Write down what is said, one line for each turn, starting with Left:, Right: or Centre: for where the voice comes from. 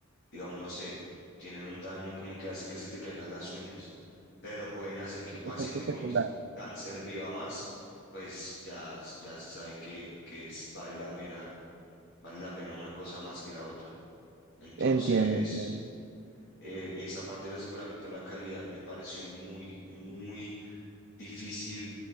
Left: digamos, no sé, tienen un daño como que hace que se te caigan las uñas, pero pueden hacer que un paciente
Right: efecto secundario.
Left: con s- cáncer viva más, pues ya, s- ya se sabe que, que es- vale la pena, vale la pena una cosa más que la otra. Entonces,
Right: Entiendo, entiendo.
Left: eh, esa parte del aseguramiento de la calidad me pareció muy, muy difícil